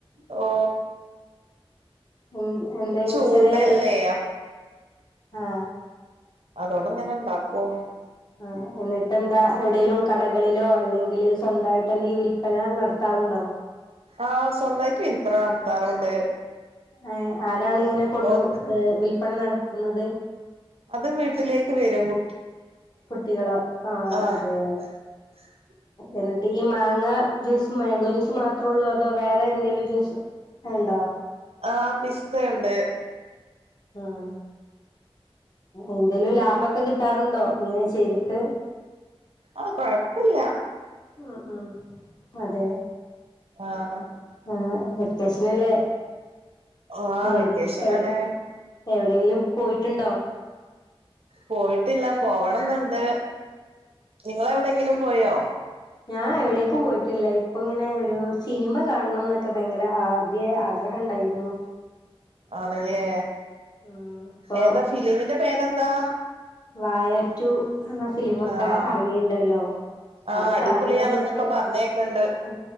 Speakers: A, on the right; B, on the left.
A: ഓ
B: എന്ത എന്തങ്കിലും
A: ചൂടല്ലേ
B: ചെറിയ ആ
A: അതോണ്ടിങ്ങനെ ഇണ്ടാക്കും.
B: ആ എന്നിട്ട് എന്താ എവിടെലും കടകളിലോ അല്ലെങ്കില് സ്വന്തയിട്ട് എന്തെലും വിൽപന നടത്താറുണ്ടോ?
A: ആ സ്വന്തായിട്ട് വില്പന നടത്താറുണ്ട്.
B: ഏ ആരാണ് ഇങ്ങനെ കൊണ്ട്
A: ഓ
B: ഏ വിൽപ്പന നടത്തുന്നത്?
A: അത് വീട്ടിലേക്ക് വരും കുട്ടി
B: കുട്ടികള് ആ
A: ആഹ്
B: അതെയോ.
A: <unintelligible>
B: എന്നിട്ട് ഈ മാങ്ങ ജ്യൂസ് മാങ്കോ ജ്യൂസ് മാത്ര ഉള്ളൂ അതോ വേറെ എന്തെലും ജ്യൂസ് -- ഉണ്ടോ?
A: ആ പിസ്തയുണ്ട്.
B: ഉം എന്തേലും ലാഭക്കെ കിട്ടാറുണ്ടോ ഇങ്ങനെ ചെയ്തിട്ട്?
A: ആ കൊഴപ്പില്ല.
B: ഉം, ഉംഅതെ
A: ആഹ്
B: ആ വെക്കേഷ നല്ലേ
A: ആഹ്
B: എന്ത്
A: വെക്കേഷനാണ്
B: എവിടെ എവിടെയെങ്കിലും പോയിട്ടുണ്ടോ?
A: പോയിട്ടില്ല പോവണം എന്നുണ്ട്. നിങ്ങള് എവിടെങ്കിലും പോയോ?
B: ഞാ ൻ എവിടേക്കും പോയിട്ടില്ല. ഇപ്പ ഇങ്ങനെ ഒരു സിനിമ കാണണം എന്നൊക്കെ ഭയങ്കര അദിയായ ആഗ്രഹം ഉണ്ടായിരുന്നു.
A: ആണല്ലേ.
B: ഉം ഇപ്പൊ
A: ഏതാ ഫിലിമിന്റെ പേരെന്താ?
B: വായാ റ്റു എന്ന ഫിലിമൊക്കെ
A: ആഹ്
B: എറങ്ങിണ്ടല്ലോ?
A: ആഹ്
B: അത്
A: അടിപൊളിയാണെന്നൊക്കെ
B: കാണണം എന്നൊക്കെ.
A: പറഞ്ഞേക്കണ്ട്
B: ആ